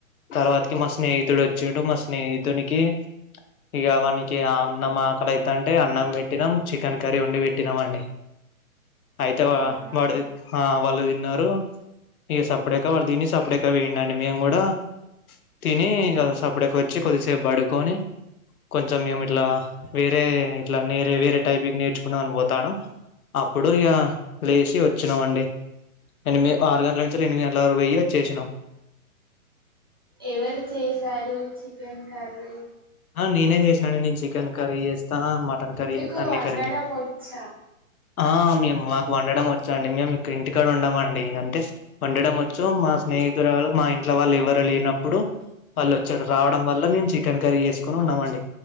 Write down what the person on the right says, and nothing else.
అవునా
ఎవరు చేసారు చికెన్ కర్రీ
మీకు
వండడం
వచ్చా